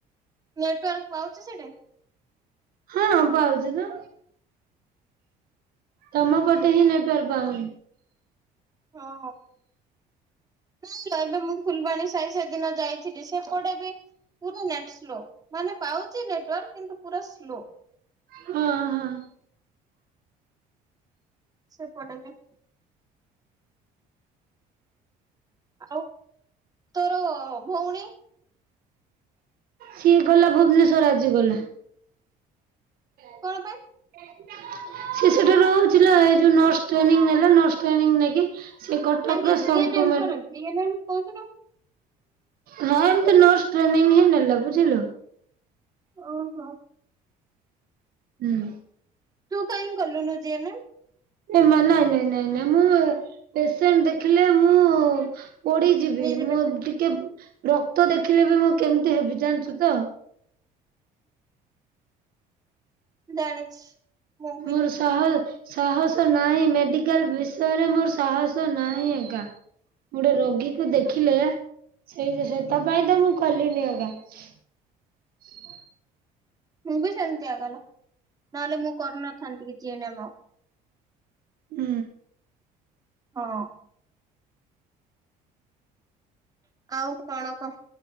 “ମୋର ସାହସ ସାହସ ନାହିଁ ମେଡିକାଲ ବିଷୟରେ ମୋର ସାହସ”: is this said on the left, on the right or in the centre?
Right